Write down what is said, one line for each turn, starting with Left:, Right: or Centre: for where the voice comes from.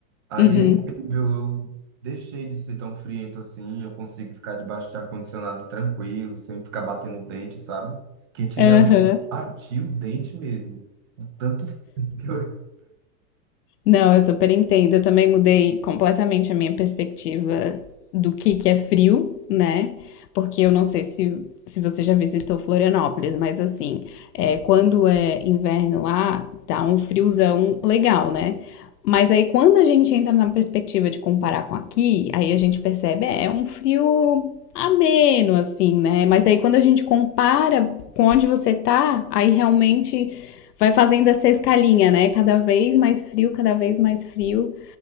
Right: Aí
Left: uhum,
Right: é incrível, eu deixei de ser tão friento assim, eu consigo ficar debaixo de ar-condicionado tranquilo, sem ficar batendo dente, sabe? Que antigamente
Left: aham.
Right: eu batia o dente mesmo, de tanto <laughs> frio que eu...
Left: Não, eu super entendo. Eu também mudei completamente a minha perspectiva do que que é frio, né? Porque eu não sei se, se você já visitou Florianópolis, mas assim, é, quando é inverno lá, dá um friozão legal, né? Mas aí quando a gente entra na perspectiva de comparar com aqui, aí a gente percebe, é, é um frio ameno, assim, né? Mas daí quando a gente compara com onde você tá, aí realmente vai fazendo essa escalinha, né? Cada vez mais frio, cada vez mais frio.